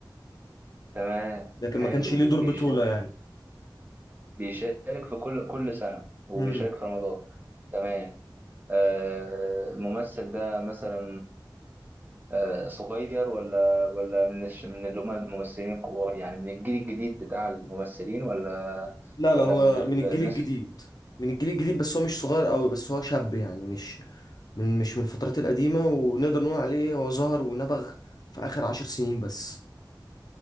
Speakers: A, on the right; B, on the left.
A: تمام
B: لكن
A: حلو
B: ما كانش ليه دور
A: بيشارك
B: بطولة يعني
A: بيشارك في كل كل سنة وبيشارك
B: مم.
A: في رمضان تمام آه، الممثل ده مثلا آه، آه، صغير ولا ولا من الش- من اللي هم الممثلين الكبار يعني من الجيل الجديد بتاع الممثلين ولا
B: لا
A: ولا
B: لا هو
A: من ال-
B: من الجيل
A: الناس
B: الجديد من الجيل الجديد بس هو مش صغير قوي بس هو شاب يعني مش من مش من الفترات القديمة ونقدر نقول عليه هو ظهر ونبغ في آخر عشر سنين بس